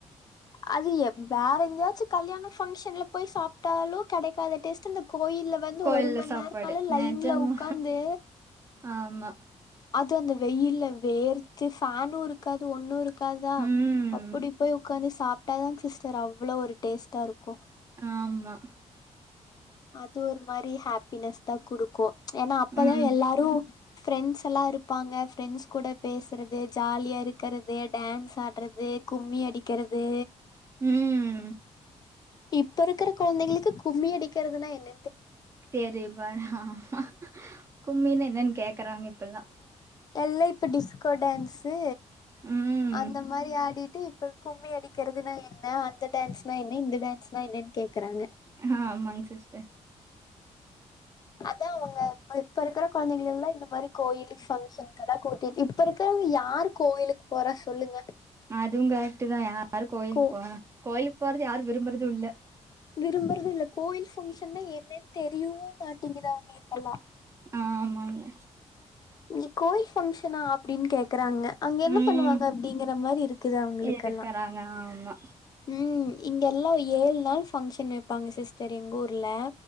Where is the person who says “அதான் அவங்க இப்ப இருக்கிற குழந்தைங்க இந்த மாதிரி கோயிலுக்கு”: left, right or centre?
Left